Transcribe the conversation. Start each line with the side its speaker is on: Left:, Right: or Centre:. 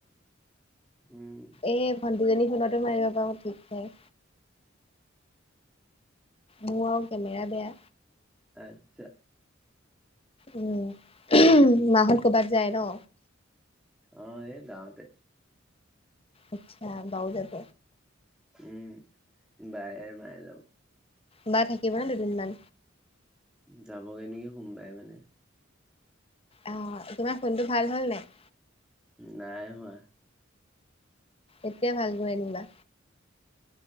Centre: উম,
Left: এ ভণ্টিজনী ফোনতো মাৰিব পাৰো ঠিক নাই। মোৰ আও কে মেৰা বেয়া।
Centre: আচ্ছা।
Left: উম, মাহত ক'ৰবাত যায় ন।
Centre: অ' এই গাওঁতে
Left: আচ্ছা বা ও যাব।
Centre: উম, বায়ে বায়ে যাব।
Left: বা থাকিব ন দুদিনমান।
Centre: যাবগে নেকি সোমবাই মানে।
Left: আহ তোমাৰ ফোনটো ভাল হ'ল নাই
Centre: নাই হোৱা।
Left: এতিয়া ভালকৈ আনিবা